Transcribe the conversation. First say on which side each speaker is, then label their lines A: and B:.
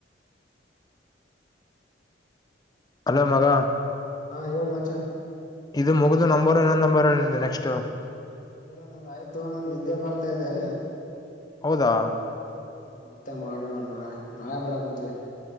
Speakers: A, on the left (about 20°); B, on the left (about 45°).
A: ಹಲೋ ಮಗ
B: ಹಾ ಹೇಳು ಮಚ
A: ಇದು ಮುಗಿದು ನಂಬರ್ ಇನ್ನೊಂದು ನಂಬರ್ ನೆಸ್ಟ್
B: ಇಲ್ಲ ನಂದು ಆಯ್ತು ನಾನ್ ನಿದ್ದೆ ಬರ್ತಾ ಇದೆ
A: ಹೌದಾ
B: ಹಾ ಮತ್ತೆ ಮಾಡೋಣ ನಾಳೆ ನಾಳೆ ಮಾಡೋಕ್ ಕುಂತೀವಿ